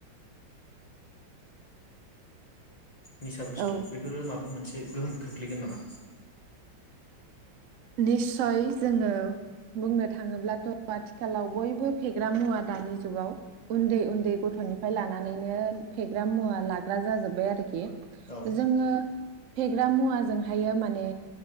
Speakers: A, on the left (about 30°); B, on the right (about 90°).
A: निसा बुस्थु
B: औ
A: बेफोरो माबा मोनसे गोहोम। खोख्लैगोन नामा।
B: निस्सय जोङो बुंनो थाङोब्लाथ' आथिखालाव बयबो फेग्रा मुवा दानि जुगाव उन्दै उन्दै गथ'निफ्राय लानानैनो फेग्रा मुवा लाग्रा जाजोब्बाय आरोखि।
A: औ
B: जोङो। फेग्रा मुवाजोंहायो माने